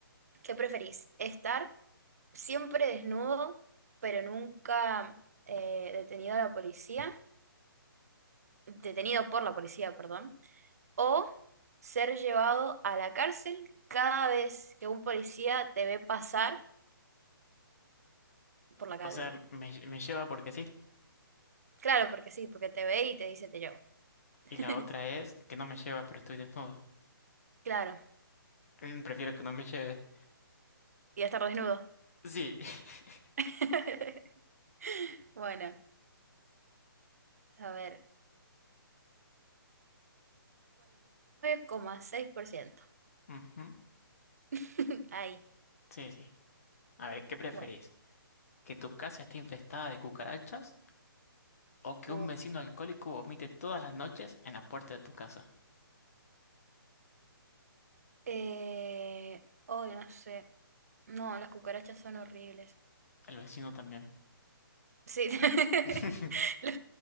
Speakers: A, on the right; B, on the left.
A: ¿qué preferís? ¿Estar siempre desnudo, pero nunca eh, detenido a la policía? Detenido por la policía, perdón. ¿O ser llevado a la cárcel cada vez que un policía te ve pasar por la calle?
B: O sea, me, me lleva porque sí.
A: Claro, porque sí, porque te ve y te dice te llevo. <laughs>
B: Y la otra es que no me lleva, pero estoy desnudo.
A: Claro,
B: Mm, Prefiero que no me lleve.
A: y estar desnudo.
B: Sí. <laughs>
A: <laughs> Bueno, a ver, 49,6%.
B: Ujú,
A: ¿Mm? <laughs> Ahí,
B: Sí, sí. A ver, ¿qué preferís?
A: bueno,
B: ¿Que tu casa esté infestada de cucarachas o que
A: uff.
B: un vecino alcohólico vomite todas las noches en la puerta de tu casa?
A: Eh, oh, no sé. No, las cucarachas son horribles.
B: El vecino también.
A: Sí, <laughs>
B: <laughs>
A: lo,